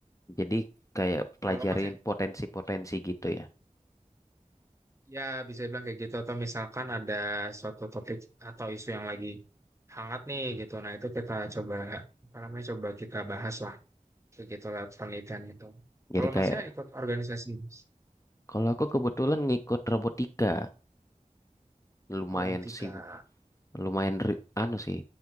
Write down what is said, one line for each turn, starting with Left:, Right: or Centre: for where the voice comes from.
Left: Jadi kayak pelajarin
Right: Kalau Masnya?
Left: potensi-potensi gitu ya.
Right: Ya, bisa bilang kayak gitu. Atau misalkan ada suatu topik atau isu yang lagi hangat nih gitu. Nah, itu kita coba, apa namanya, coba kita bahas lah. Kayak gitu lewat penelitian itu.
Left: Jadi
Right: Kalau
Left: kayak,
Right: masnya ikut organisasi, Mas?
Left: kalau aku kebetulan ngikut robotika. Lumayan
Right: Robotika.
Left: sih, lumayan ri- anu sih.